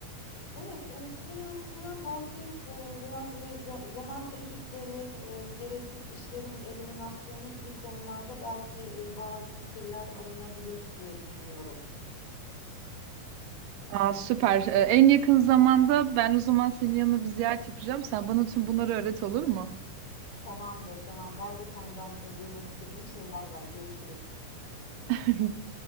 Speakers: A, on the left (about 85°); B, on the right (about 80°).
A: Evet, endüstri mühendisinden belki, eee, biraz ve zaman etütleri, eee, gereksiz işlerin eliminasyonu gibi konularda belki, eee, bazı fikirler alınabilir diye düşünüyorum.
B: Aa, süper. E, en yakın zamanda ben o zaman senin yanına bir ziyaret yapacağım. Sen bana tüm bunları öğret olur mu?
A: Tamamdır, tamam. Ben de senden e, duymak istediğim şeyler var. Görüşürüz.
B: <laughs>